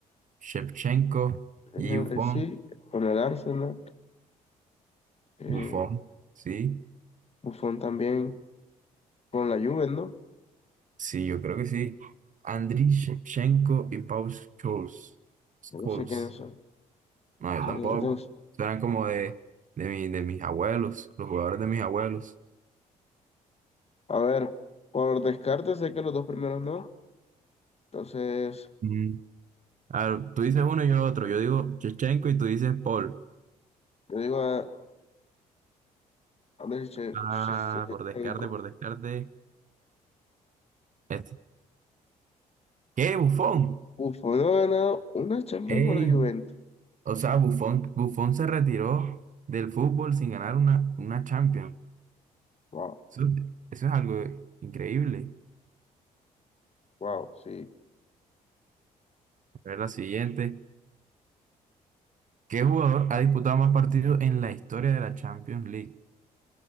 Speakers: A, on the right (about 40°); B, on the left (about 30°).
A: Shevchenko, y
B: Henry
A: Buffon,
B: sí, con el Arsenal. Eh,
A: Buffon, sí,
B: Buffon también con la Juve, ¿no?
A: sí, yo creo que sí. Andriy Shevchenko y Paul Scholes. Scholes.
B: No sé quiénes son.
A: No, yo
B: Eh,
A: tampoco.
B: dos.
A: Suenan como de, de, mi- de mis abuelos, los jugadores de mis abuelos.
B: A ver, por descarte sé que los dos primeros no. Entonces,
A: Mm. A ver, tú dices uno y yo otro. Yo digo Shevchenko y tú dices Paul.
B: yo digo a Andriy Che-
A: Ah,
B: Che- Shevchenko.
A: por descarte, por descarte. Este. ¿Qué, Buffon?
B: Buffon no ha ganado una Champions
A: ¡Ey!
B: con la Juventus.
A: O sea, Buffon, Buffon se retiró del fútbol sin ganar una, una Champions.
B: Wow,
A: Eso, eso es algo increíble.
B: wow, sí.
A: A ver la siguiente. ¿Qué jugador ha disputado más partidos en la historia de la Champions League?